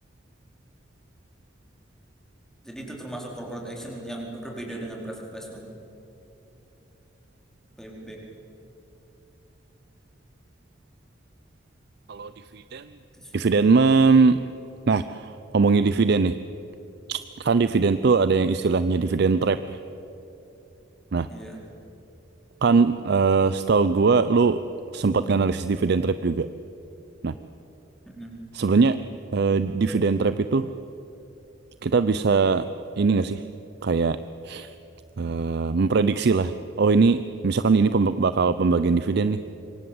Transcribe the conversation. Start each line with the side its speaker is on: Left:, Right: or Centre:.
Centre: jadi itu termasuk corporate action yang berbeda dengan private placement buyback
Right: kalau dividen
Centre: itu sih
Right: dividen men nah ngomongin dividen nih kan dividen tuh ada yang istilahnya dividen trap ya. nah
Centre: iya
Right: kan eh, setahu gua lu sempat nganalisis dividen trap juga nah
Centre: Mm-mm.
Right: sebenarnya eh, dividen trap itu kita bisa ini nggak sih kayak eh, memprediksi lah oh ini misalkan ini pembe- bakal pembagian dividen nih